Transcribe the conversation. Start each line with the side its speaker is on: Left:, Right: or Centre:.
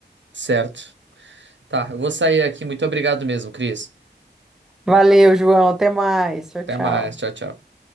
Right: Certo. Tá, eu vou sair aqui. Muito obrigado mesmo, Cris.
Centre: Valeu, João. Até mais. Tchau,
Right: Até
Centre: tchau.
Right: mais. Tchau, tchau.